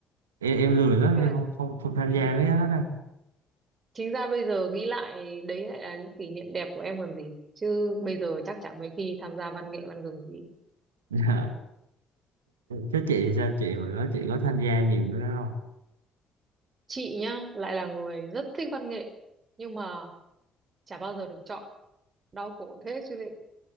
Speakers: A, on the right; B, on the right.
A: em em lười lắm
B: Nhưng
A: em
B: mà
A: không không, không tham
B: ừ,
A: gia mấy cái đó đâu
B: chính ra bây giờ nghĩ lại đấy lại là những kỷ niệm đẹp của em còn gì chứ bây giờ chắc chắn mấy khi tham gia văn nghệ văn gừng thì
A: <laughs> dạ thế chị thì sao chị hồi đó chị có tham gia nhiều cái đó
B: chị nhá lại là người rất thích văn nghệ nhưng mà chả bao giờ được chọn đau khổ thế chứ lị